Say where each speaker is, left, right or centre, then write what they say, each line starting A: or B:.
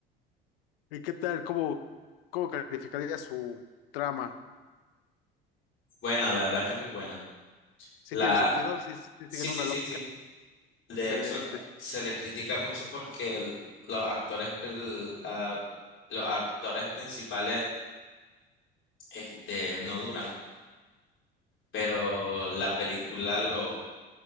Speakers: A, on the left (about 75°); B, on the left (about 40°).
A: ¿Y qué tal? ¿Cómo, cómo calificaría su trama?
B: Buena, la verdad que muy buena.
A: ¿Sí
B: La...
A: tiene sentido? ¿Sí, sí
B: Sí,
A: siguen
B: sí,
A: una
B: sí,
A: lógica?
B: sí. De
A: Excelente.
B: hecho, la- se le critica mucho porque el- los actores, pri- ah, los actores principales, este, no duran, pero la película lo